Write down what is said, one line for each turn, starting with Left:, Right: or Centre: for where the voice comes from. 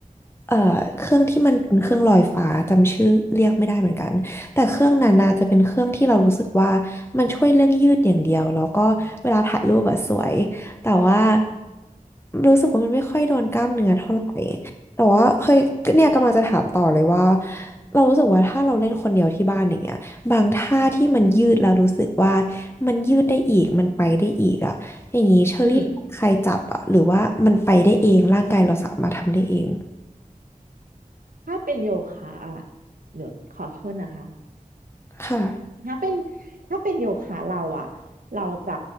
Left: เอ่อเครื่องที่มันเป็นเครื่องลอยฟ้าจำชื่อเรียกไม่ได้เหมือนกันแต่เครื่องนั้นน่าจะเป็นเครื่องที่เรารู้สึกว่ามันช่วยเรื่องยืดอย่างเดียวแล้วก็เวลาถ่ายรูปอะสวยแต่ว่ารู้สึกว่ามันไม่ค่อยโดนกล้ามเนื้อเท่าไหร่ แต่ว่าเคยเนี่ยกำลังจะถามต่อเลยว่าเรารู้สึกว่าถ้าเราเล่นคนเดียวที่บ้านอย่างเงี้ยบางท่าที่มันยืดแล้วรู้สึกว่ามันยืดได้อีกมันไปได้อีกอ่ะอย่างงี้เชอรี่ใครจับอ่ะหรือว่ามันไปได้เองร่างกายเราสามารถทำได้เอง
Right: อืมถ้าเป็นโยคะอ่ะเดี๋ยวขอโทษนะคะ
Left: ค่ะ
Right: ถ้าเป็นถ้าเป็นโยคะเราอ่ะเราจะ